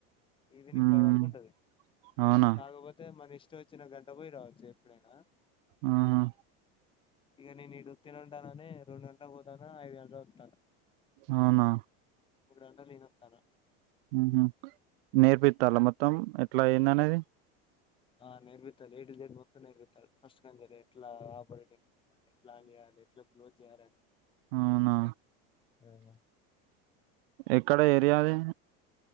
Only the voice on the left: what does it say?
evening
five వరకు ఉంటది.
కాకపోతే మనఇష్ చో వచ్చిన గంట పోయి రావచ్చు ఎప్పుడైనా
ఇగ నేను ఈడ ఉత్తిన ఉంటాననే రెండు గంటలకి పోతానా ఐదు గంటలోప్తా
గంటలు నేను వస్తాను
ఆ నెర్వతా ఏడ్డు దేడ్ మొత్తం నెర్వితాల్ ఫస్ట్ కన్వి దే ఎట్లా ఆపరేటింగ్ ఎట్లా ఆన్ చేయాలి ఎట్లా క్లోజ్ చేయాలని
రేవో